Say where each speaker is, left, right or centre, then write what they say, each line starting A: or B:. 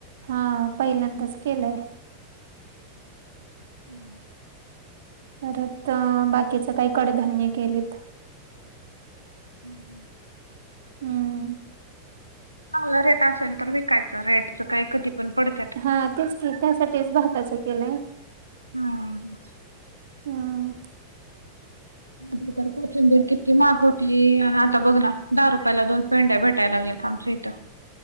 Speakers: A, on the right (about 60°); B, on the right (about 85°).
A: हा पहिल्यांदाच केलंय.
B: हम्म!
A: परत बाकीचे काही कडधान्य केलेत.
B: हम् हं!
A: हम्म!
B: चांगला रेट असेल तर विकायचं रेटच काय कधी पण पडत.
A: हा तेच की त्यासाठीच भाताचं केलंय.
B: हम्म
A: हम्म!
B: आधी तर कोथिंबीर किती महाग होती आणि आता बघ ना दहा रुपयाला दोन पेंड्या भेटायला लागल्यात आमच्या इथं.